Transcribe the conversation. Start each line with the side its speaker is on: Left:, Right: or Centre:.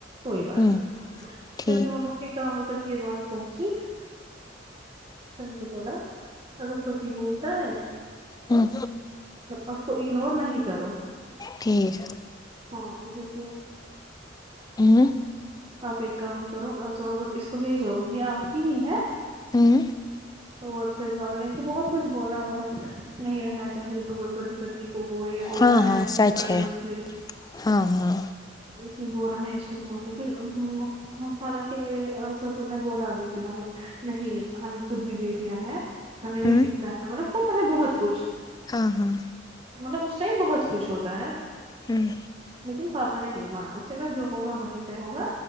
Right: کوئی بات
Left: ہوں
Right: نہیں
Left: ٹھیک
Right: پھر ماں باپ کے کاموں تک یہ بات پہنچی اچھا مجھے بولا اگر پتی بولتا ہے
Left: ہوں
Right: آ کو اگنور نہیں کرو
Left: ٹھیک
Right: ہاں اس میں <inaudible>
Left: ہوں
Right: آپ ایک کام کرو آ جاؤ اور اس کو لے جاؤں گی آپ کی ہی ہے
Left: ہوں
Right: اور سد بابا نے تو بہت کچھ بولا مطلب نہیں رہنا چاہیے دور پتی پتنی کو وہ یہ ہوتا
Left: ہاں ہاں
Right: ہے سارے
Left: سچ ہے
Right: مسلے
Left: ہاں ہاں
Right: پھر دو رہا ہے عشق سے پھر اماآ ہ حالک میرری سسور نے بولا ابھی کی مطلب نہیں ہمیں خود بھی بی دیا ہے ہمیں نہیں
Left: ہوں
Right: دکھتا ہے مطلب ہوتا ہے بہت کچھ
Left: ہاں ہاں
Right: مطلب اس ٹائم بہت کچھ ہوتا ہے
Left: ہوں
Right: لیکن پاپا نے نہیں مانا اس نے کہا جو ہوگا وہی پہ ہوگا